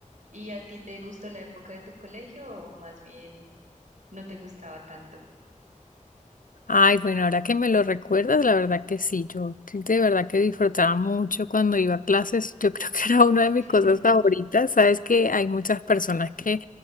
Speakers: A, on the right; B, on the left.
A: ¿Y a ti te gustó la época de tu colegio o más bien no te gustaba tanto?
B: Ay, bueno, ahora que me lo recuerdas, la verdad que sí, yo de verdad que disfrutaba mucho cuando iba a clases, yo creo que era una de mis
A: <laughs>
B: cosas favoritas, sabes que hay muchas personas que